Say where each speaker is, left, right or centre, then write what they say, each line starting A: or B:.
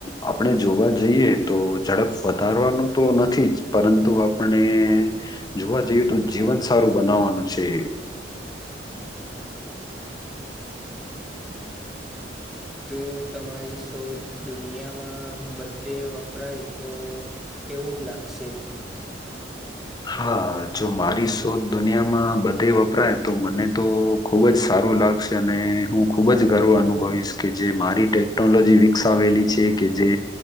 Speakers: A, on the left; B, in the centre.
A: આપણે જોવા જઈએ તો ઝડપ વધારવાનો તો નથી, જ પરંતુ આપણે જોવા જઈએ તો જીવન સારું બનાવવાનું છે, <unintelligible>
B: જો તમારી શોધ દુનિયામાં બધે વપરાય તો, કેવું લાગશે?
A: હા, જો મારી શોધ દુનિયામાં બધે વપરાય તો મને તો ખુબ જ સારું, લાગશે અને હું ખુબ જ ગર્વ અનુભવીશ કે જે મારી ટેકનોલોજી વિકસાવેલી છે, કે જે